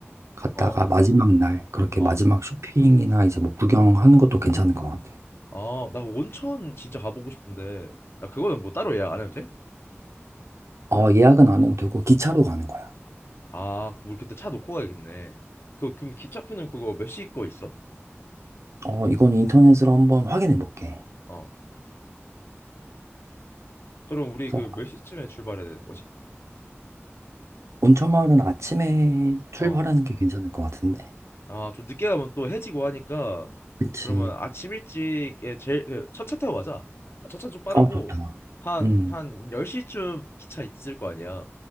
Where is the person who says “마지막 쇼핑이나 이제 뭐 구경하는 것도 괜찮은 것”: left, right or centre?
Right